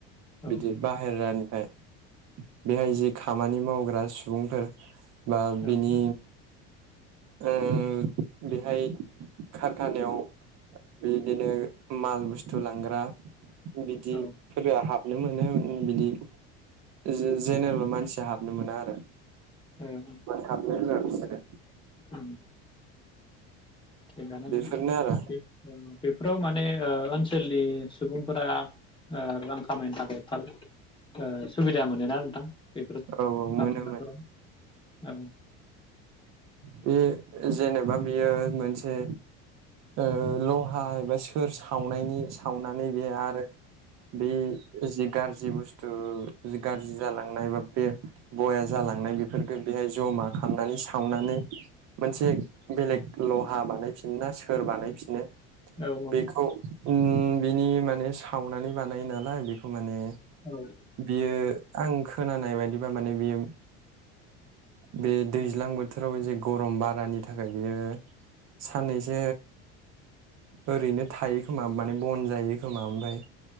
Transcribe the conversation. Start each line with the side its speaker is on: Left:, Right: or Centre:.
Left: औ
Right: बिदि बाहेरानिफ्राय बेहाय जि खामानि मावग्रा सुबुंफोर बा बिनि
Left: औ
Right: ओ बेहाय खारखानायाव बिदिनो माल बुस्थु लांग्रा बिदि
Left: औ
Right: फोरा हाबनो मोनो मोनो बिदि जे‌ज जेनेरेल मानसिया हाबनो मोना आरो
Left: औ
Right: मानो हाबनो‌ होआ बिसोरो
Left: उम थिगानो
Right: बेफोरनो
Left: बेफोर
Right: आरो
Left: औ। बेफोराव माने ओ ओनसोलनि सुबुंफोरा ओ। रां खामायनो थाखाय फाल ओ सुबिदा मोनोना नोंथां। बेफोर
Right: औ औ
Left: कारखाना
Right: मोनो मोनो
Left: फोराव औ।
Right: बे जेनेबा बेयो मोनसे ओ लहा एबा सोर सावनायनि सावनानै बे आरो, बे जि गारजि बुस्थु गारजि जालांनाय बा बे बया जालांनाय बेफोरफोरखो बेहाय जमा खामनानै सावनानै। मोनसे बेलेग लहा बानायफिनो ना सोर बानायफिनो?
Left: औ औ
Right: बेखौ उम बिनि माने सावनानै बानायो नालाय बेखौ। माने
Left: औ
Right: बियो आं खोनानाय बायदिबा माने बियो बे दैज्लां बोथोराव जे गरम बारानि थाखाय बियो साननैसो ओरैनो थायो खोमा माने बन जायो खोमा, ओमफाय